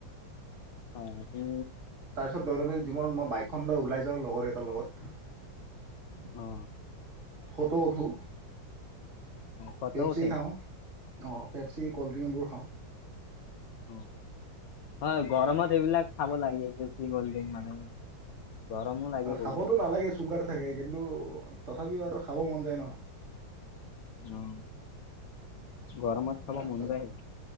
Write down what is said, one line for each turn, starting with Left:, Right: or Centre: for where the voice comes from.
Left: আ উ।
Right: ত দৈনন্দিন জীৱনত মই বাইকখন লৈ ওলাই যাওঁ লগৰ এটাৰ লগত
Left: অ
Right: ফটো উঠো
Left: ফটো
Right: পেপচি
Left: উঠে।
Right: খাও অ, পেপচি কল্ড ড্ৰিংকবোৰ খাও।
Left: অ' হয়, গৰমত সেইবিলাক খাব লাগে বেছি গল্ডেন মানে। গৰমো লাগে
Right: খাবতো
Left: বহুত।
Right: নালাগে চুগাৰ থাকে কিন্তু তথাপিও আৰু খাব মন যায় ন।
Left: অ
Right: অ
Left: গৰমত খাব
Right: তাৰপিছত
Left: মন যায়